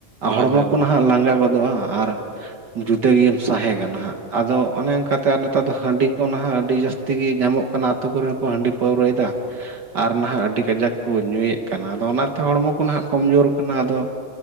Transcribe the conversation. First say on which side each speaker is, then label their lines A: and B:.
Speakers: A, on the right; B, on the right.
A: ᱦᱳᱭ
B: ᱦᱚᱲᱢᱚ
A: ᱦᱳᱭ ᱜᱚᱢᱠᱮ
B: ᱠᱚ ᱱᱟᱦᱟᱜ ᱞᱟᱸᱜᱟ ᱜᱚᱫᱚᱜ-ᱟ ᱟᱨ ᱡᱩᱫᱟᱹ ᱜᱮᱢ ᱥᱟᱦᱮᱜᱟ ᱱᱟᱦᱟᱜ ᱟᱫᱚ ᱚᱱᱮ ᱚᱱᱠᱟᱛᱮ ᱟᱨ ᱱᱮᱛᱟᱨ ᱫᱚ ᱦᱟᱺᱰᱤ ᱠᱚ ᱱᱟᱦᱟᱜ ᱟᱹᱰᱤ ᱡᱟᱹᱥᱛᱤ ᱜᱤ ᱧᱟᱢᱚᱜ ᱠᱟᱱᱟ ᱟᱛᱳ ᱠᱚᱨᱮ ᱦᱚᱸ ᱠᱚ ᱦᱟᱺᱰᱤ ᱯᱟᱹᱣᱨᱟᱹᱭ ᱫᱟ᱾ ᱟᱨ ᱱᱟᱦᱟᱜ ᱟᱹᱰᱤ ᱠᱟᱡᱟᱠ ᱠᱚ ᱧᱩᱭᱮᱫ ᱠᱟᱱᱟ ᱟᱫᱚ ᱚᱱᱟᱛᱮ ᱦᱚᱲᱢᱚ ᱠᱚ ᱱᱟᱦᱟᱜ ᱠᱚᱢᱡᱳᱨ ᱠᱟᱱᱟ ᱟᱫᱚ